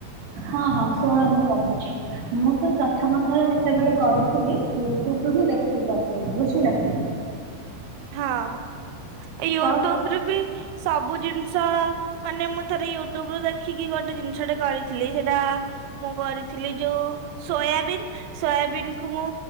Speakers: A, on the right; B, on the right.
A: ହଁ, ହଁ ଶୁଣ ମୁଁ କହୁଛି। ମୁଁ ତ ପ୍ରଥମ ଥର ଯେତେବେଳେ କରିଥିଲି ୟୁଟ୍ୟୁବ ରୁ ହିଁ ଦେଖିକି କରିଥିଲି ବୁଝିଲା କି।
B: ହଁ ୟୁଟ୍ୟୁବ
A: ତ
B: ରୁ ବି ସବୁ ଜିନିଷ ମାନେ ମୁଁ ଥରେ ୟୁଟ୍ୟୁବ ରୁ ଦେଖିକି ଗୋଟେ ଜିନିଷ ଟେ କରିଥିଲି ସେଟା ମୁଁ କରିଥିଲି ଯୋଉ ସୋୟାବିିନ୍, ସୋୟାବିନ୍ କୁ ମୁଁ